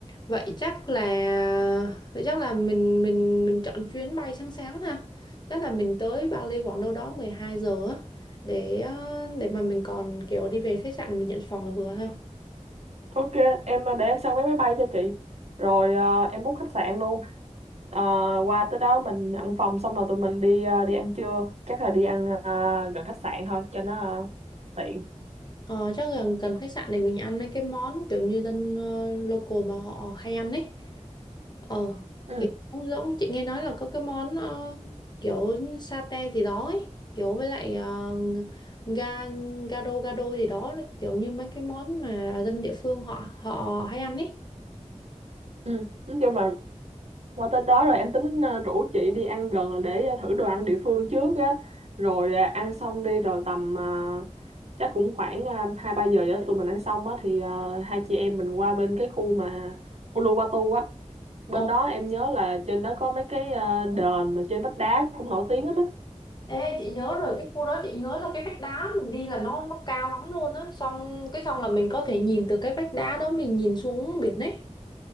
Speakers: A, on the left; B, on the right.
A: vậy chắc là vậy chắc là mình mình mình chọn chuyến bay sáng sáng ha. Chắc là mình tới Bali khoảng đâu đó 12 giờ á để ờ, để mà mình còn kiểu đi về khách sạn mình nhận phòng là vừa ha.
B: Ok em ờ, để em săn vé máy bay cho chị Rồi à, em book khách sạn luôn Ờ, Qua tới đó mình nhận phòng Xong rồi tụi mình đi à, đi ăn trưa Chắc là đi ăn à, gần khách sạn thôi Cho nó à, tiện
A: Ờ, chắc là cần khách sạn để mình ăn mấy cái món kiểu như dân ờ, local mà họ hay ăn ấy. ờ
B: Ừ,
A: kiểu cũng giống chị nghe nói là có cái món ờ, kiểu satay gì đó ấy kiểu với lại ờ, ga gado gado gì đó kiểu như mấy cái món mà dân địa phương họ họ hay ăn ấy
B: ừ. Nói chung là Qua tới đó rồi em tính ờ, rủ chị đi ăn gần là để ờ, thử đồ ăn địa phương trước á. Rồi ờ, ăn xong đi rồi tầm ờ, chắc cũng khoảng ờ, hai ba giờ cho tụi mình ăn xong á thì ờ, hai chị em mình qua bên cái khu mà Uluwatu á. Bên
A: Ồ,
B: đó em nhớ là trên đó có mấy cái ờ, đền mà trên vách đá cũng nổi tiếng lắm á.
A: Ê, chị nhớ rồi cái khu đó chị nhớ là cái vách đá mình đi là nó nó cao lắm luôn á xong cái xong là mình có thể nhìn từ cái vách đá đó mình nhìn xuống biển ấy